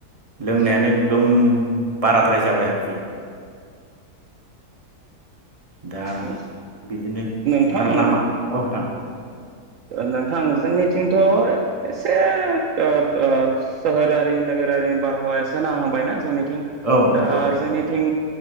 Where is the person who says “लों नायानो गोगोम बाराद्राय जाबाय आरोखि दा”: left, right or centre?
Right